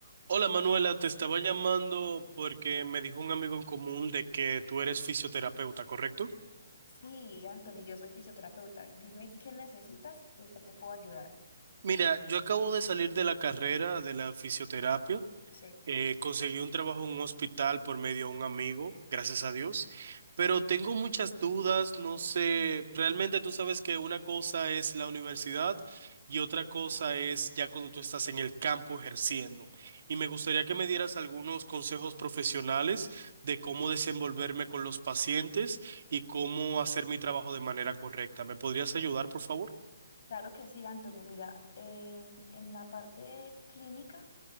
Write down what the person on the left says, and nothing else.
Sí, Anthony, yo soy fisioterapeuta. Dime qué necesitas y qué te puedo ayudar.
Sí.
Claro que sí, Anthony. Mira, en, en la parte clínica,